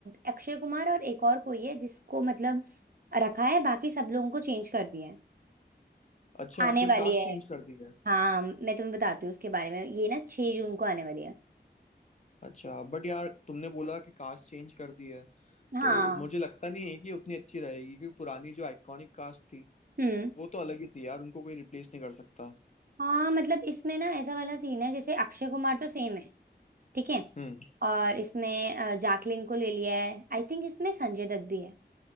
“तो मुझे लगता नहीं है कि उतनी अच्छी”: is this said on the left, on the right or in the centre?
Left